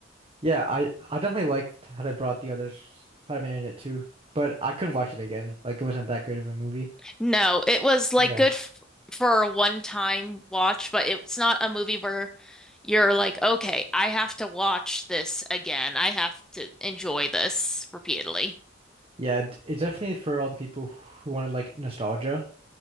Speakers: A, on the right (about 30°); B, in the centre.
A: Yeah, I I definitely liked how they brought the other Spider-Man in it too, but I couldn't watch it again. Like it wasn't that great of a movie.
B: No, it was like
A: Yeah.
B: good f for a one-time watch, but it's not a movie where you're like, okay, I have to watch this again. I have to enjoy this repeatedly.
A: Yeah, it- it's definitely for all the people who wanted like nostalgia,